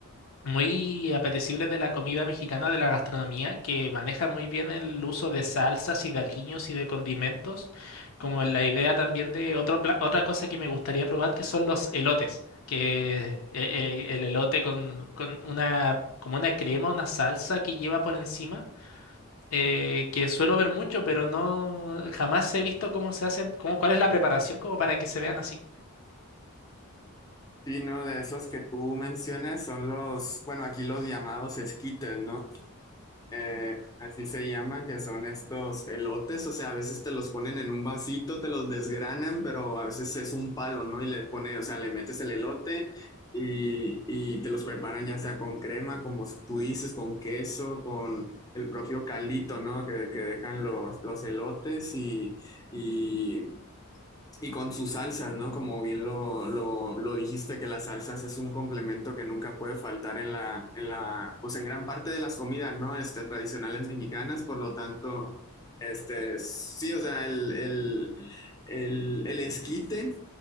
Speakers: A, on the left; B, on the left.
A: muy apetecibles de la comida mexicana, de la gastronomía, que manejan muy bien el uso de salsas y de aliños y de condimentos, como la idea también de otro, pla- otra cosa que me gustaría probar, que son los elotes, que eh, eh, el elote con, con una, como una crema, una salsa que lleva por encima. eh, que suelo ver mucho, pero no jamás he visto cómo se hacen, cómo, cuál es la preparación como para que se vean así.
B: Sí, no, de esos que tú mencionas son los, bueno, aquí los llamados esquites, ¿no? Eh, así se llaman, que son estos elotes, o sea, a veces te los ponen en un vasito, te los desgranan, pero a veces es un palo, ¿no? Y le pone, o sea, le metes el elote y, y te los preparan ya sea con crema, como tú dices, con queso, con el propio caldito, ¿no? Que, que dejan los, los elotes y, y y con sus salsas, ¿no? Como bien lo, lo, lo dijiste, que las salsas es un complemento que nunca puede faltar en la, en la, pues en gran parte de las comidas, ¿no? Este, tradicionales mexicanas, por lo tanto, este, sí, o sea, el, el, el, el esquite,